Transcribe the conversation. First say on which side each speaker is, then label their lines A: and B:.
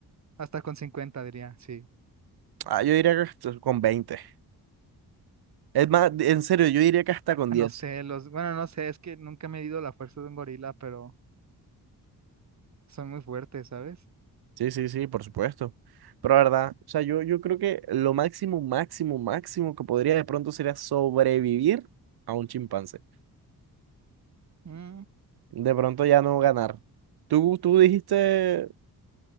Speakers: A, on the right; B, on the right.
A: Hasta con 50 diría, sí.
B: Ah, yo diría que hasta con veinte Es más, en serio, yo diría que hasta con
A: No
B: diez
A: sé, los, bueno, no sé, es que nunca me he medido la fuerza de un gorila, pero son muy fuertes, ¿sabes?
B: Sí, sí, sí, por supuesto. Pero la verdad, o sea, yo, yo creo que lo máximo, máximo, máximo que podría de pronto sería sobrevivir a un chimpancé.
A: Mm,
B: De pronto ya no ganar. Tú, tú dijiste